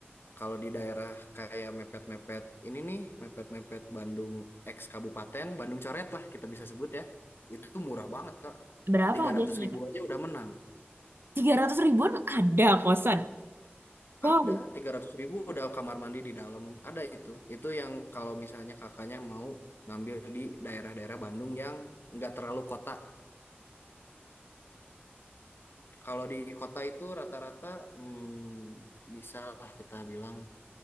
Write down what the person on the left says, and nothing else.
Kalau di daerah kayak mepet-mepet ini nih, mepet-mepet Bandung X kabupaten, Bandung coret lah kita bisa sebut ya. Itu murah banget, Kak.
tiga
ratus ribu
aja udah menang.
Ada 300 ribu udah kamar mandi di dalam. Ada itu. Itu yang kalau misalnya kakaknya mau ngambil di daerah-daerah Bandung yang nggak terlalu kota. Kalau di kota itu rata-rata hmm, bisa lah kita bilang